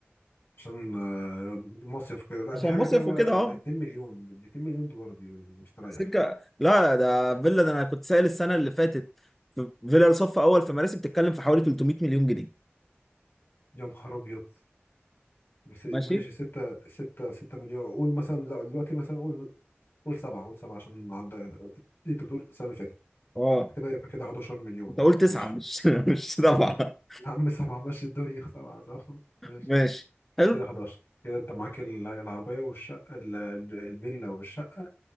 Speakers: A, on the left; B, in the centre.
A: عشان آه، مصيف كده لا
B: عشان
A: دي حاجة
B: مصيف
A: كده بقى
B: وكده اه
A: 2 مليون دي 2 مليون دولار دي مستريح
B: سكه لا ده فيلا ده انا كنت سائل السنه اللي فاتت في فيلا صف اول في مراسي بتتكلم في حوالي 300 مليون جنيه
A: يا نهار أبيض بس- ماشي
B: ماشي
A: 6 6 6 مليون قول مثلا لا دلوقتي مثلا قول قول 7 قول 7 عشان نعدي انت بتقول السنة اللي فاتت
B: اه
A: كده يبقى كده 11 مليون
B: انت قلت
A: ماشي
B: تسعه مش <laughs> مش سبعه
A: يا عم 7 ماشي الدنيا <laughs> 7 7 ماشي
B: ماشي حلو
A: كده 11 كده انت معاك ال- العربية والشقة ال- ال- الفيلا والشقة